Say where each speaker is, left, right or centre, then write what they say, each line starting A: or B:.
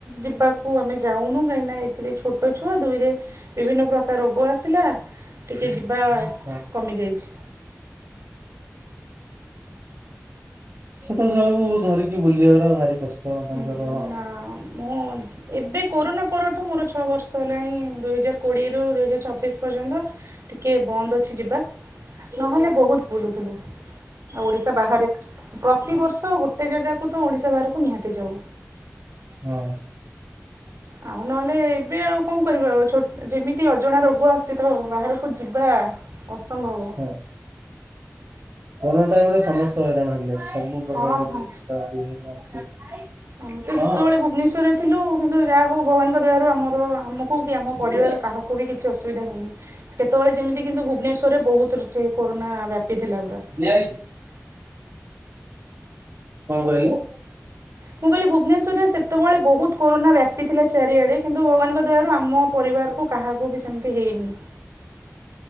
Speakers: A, on the right (about 75°); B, on the right (about 55°).
A: ଯିବାକୁ ଆମେ ଯାଉନୁ କାହିଁକିନା ଏକେରେ ଛୋଟ ଛୁଆ ଦୁଇରେ ବିଭିନ୍ନ ପ୍ରକାର ରୋଗ ଆସିଲା ଟିକେ ଯିବା
B: ହଁ
A: କମିଯାଇଛି।
B: ଛୋଟ ଛୁଆକୁ ଧରିକି ବୁଲିବାଟା ଭାରି କଷ୍ଟ ଆପଣଙ୍କର
A: ନା
B: ଆ
A: ମୁଁ ଏବେ କୋରୋନା ପରଠୁ ମୋର ଛଅ ବର୍ଷ ହେଲାଣି ଦୁଇ ହଜାର କୋଡିଏରୁ ଦୁଇ ହଜାର ଛବିଶ୍ ପର୍ଯ୍ୟନ୍ତ ଟିକେ ବନ୍ଦ ଅଛି ଯିବା ନହେଲେ ବହୁତ୍ ବୁଲୁଥୁଲୁ। ଆଉ ଓଡିଶା ବାହାରେ ପ୍ରତିିବର୍ଷ ଗୋଟେ ଜାଗାକୁ ତ ଓଡିଶା ବାହାରୁକୁ ନିହାତି ଯାଉ।
B: ହଁ
A: ଆଉ ନହେଲେ ଏବେ ଆଉ କଣ କରିବା ଆଉ ଯେମିତି ଅଜଣା ରୋଗ ଆସୁଛି ତ ବାହାରକୁ ଯିବା ଅସମ୍ଭବ
B: ହଁ କରୋନା ଟାଇମରେ ସମସ୍ତ ହଇରାଣ ହେଲେ ସବୁ ପ୍ରକାର
A: ହଁ ହଁ।
B: <unintelligible>
A: ଆମେ ତ
B: ହଁ
A: ସେତେବେଳେ ଭୁବନେଶ୍ୱରରେ ଥିଲୁ କିନ୍ତୁ ଯାହା ହଉ ଭଗବାନଙ୍କ ଦୟାରୁ ଆମର ଆମକୁ କି ଆମ ପରିବାର
B: କୋଉଟା
A: କାହାକୁ ବି କିଛି ଅସୁବିଧା ହେଇନି କେତେବେଳେ ଯେମିତି କିନ୍ତୁ ଭୁବନେଶ୍ୱରରେ ବହୁତ ସେ କରୋନା ବ୍ୟାପି ଥିଲା ପୁରା
B: କଣ କହିଲେ
A: ମୁଁ କହିଲି ଭୁବନେଶ୍ୱରରେ ସେତେବେଳେ ବହୁତ କରୋନ ବ୍ୟାପିଥିଲା ଚାରିଆଡେ କିନ୍ତୁ ଭଗବାନଙ୍କ ଦୟାରୁ ଆମ ପରିବାରକୁ କାହାକୁ ବି ସେମିତି ହେଇନି